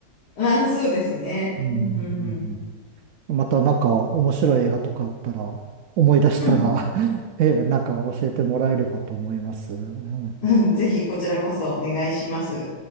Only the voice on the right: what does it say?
うんうん
うんまたなんか面白い映画とかあったら、思い出したら
<laughs> え、なんか教えてもらえればと思います。うん